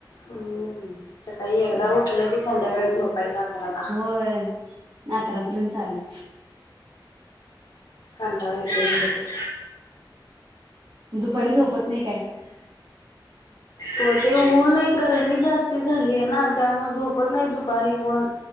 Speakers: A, on the left; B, on the right.
A: हम्. सकाळी एकदा
B: हं.
A: उठलं की संध्याकाळी झोपायच आकराला.
B: होय. आकरापर्यंत चालूच.
A: कंटाळा येतोय खरं खूप.
B: दुपारी झोपत नाही काय?
A: हो ते ऊन एक गरमी जास्त झालीय ना त्यामुळे झोपत नाही दुपारी कोण.